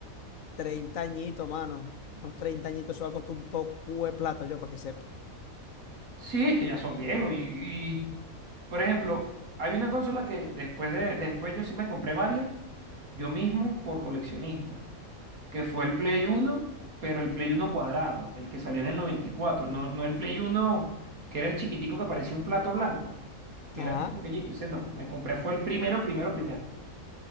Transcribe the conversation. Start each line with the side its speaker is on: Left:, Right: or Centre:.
Left: 30 añitos, mano. Unos 30 añitos, eso va a costar un poco de plata, yo, para que sepa.
Right: Sí, es que ya son viejos. Y, y, por ejemplo, hay una consola que después de, después yo sí me compré varias, yo mismo por coleccionista. que fue el Play uno pero el Play uno cuadrado, el que salió en el 94 no, no el Play uno que era el chiquitico que parecía un plato blanco, que
Left: Ajá,
Right: era muy pequeñito. Dice, no, me compré fue el primero, primero, primero.